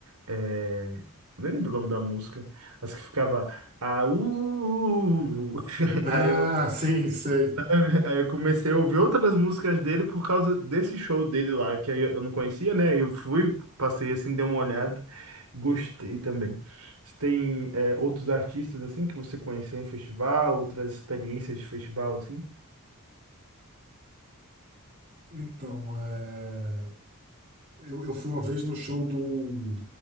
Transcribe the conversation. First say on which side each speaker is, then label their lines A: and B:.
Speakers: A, on the right; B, on the right.
A: É... Nem lembro o nome da música, mas que ficava. Aú!
B: Ah,
A: Aí eu,
B: sim, sei.
A: <laughs> aí eu comecei a ouvir outras músicas dele por causa desse show dele lá, que aí eu não conhecia, né? Eu fui, passei assim, dei uma olhada, gostei também. Você Tem, é, outros artistas assim que você conheceu em festival, outras experiências de festival assim?
B: Então, é, eu, eu fui uma vez no show do,